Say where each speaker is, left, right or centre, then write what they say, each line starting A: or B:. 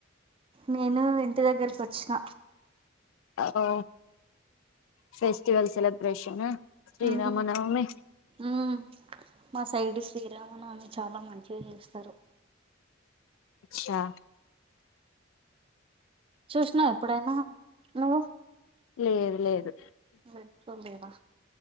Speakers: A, on the right; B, on the left.
A: నేను ఇంటి దగ్గరకి వచ్చిన
B: ఓ ఫెస్టివల్ సెలిబ్రేషన్ శ్రీరామనవమే
A: ఉమ్, ఉమ్. మా సైడ్ శ్రీరామ నవమి ఆమె చాలా మంచిగా చేస్తారు
B: అచ్చా
A: చూసినావు ఎప్పుడైనా నువ్వు
B: లేదు లేదు
A: లేలేవా